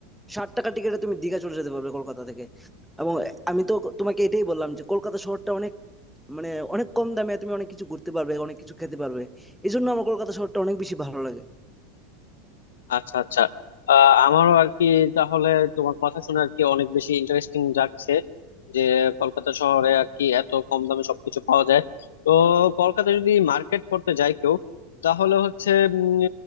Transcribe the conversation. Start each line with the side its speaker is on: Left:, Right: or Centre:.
Centre: ষাট টাকা টিকিটে তুমি দীঘা চলে যেতে পারবে কলকাতা থেকে এবং আমি তো তোমাকে এটাই বললাম যে কলকাতা শহরটা অনেক মানে অনেক কম দামে তুমি অনেক কিছু ঘুরতে পারবে অনেক কিছু খেতে পারবে এই জন্য আমার কলকাতা শহরটা অনেক বেশি ভালো লাগে
Left: আচ্ছা আচ্ছা আহ, আমারও আর কি তাহলে তোমার কথা শুনে আর কি অনেক বেশি ইন্টারেস্টিং লাগছে যে কলকাতা শহরে আর কি এত কম দামে সবকিছু পাওয়া যায় তো কলকাতা যদি মার্কেট করতে যায় কেউ তাহলে হচ্ছে উম,